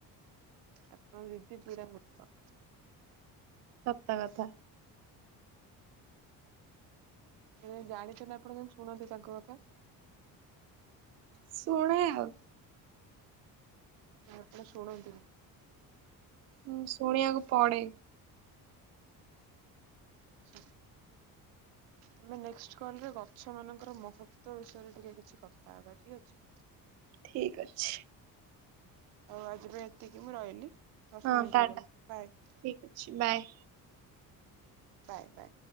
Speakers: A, on the right; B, on the right.
A: ଆପଣଙ୍କ ଦିଦି ପୁରା ମୂର୍ଖ।
B: ସତ କଥା
A: ମାନେ ଜାଣିଛନ୍ତି ଆପଣ କେମିତି ଶୁଣନ୍ତି ତାଙ୍କ କଥା?
B: ଶୁଣେ ଆଉ।
A: ନା ଆପଣ ଶୁଣନ୍ତିନି।
B: ହୁଁ ଶୁଣିବାକୁ ପଡେ।
A: ଆଚ୍ଛା ଆମେ ନେଷ୍ଟ କଲ୍ ରେ ଗଛ ମାନଙ୍କର ମହତ୍ତ୍ୱ ବିଷୟରେ ଟିକେ କିଛି କଥା ହବା ଠିକ ଅଛି।
B: ଠିକ୍ ଅଛି।
A: ଆଉ ଆଜି ପାଇଁ ଏତିକି ମୁଁ ରହିଲି। ଦଶ
B: ହଁ
A: ମିନିଟ
B: ଟା
A: ହେଇଗଲା
B: ଟା ଠିକ୍
A: ବାଏ
B: ଅଛି ବାଏ।
A: Bye bye.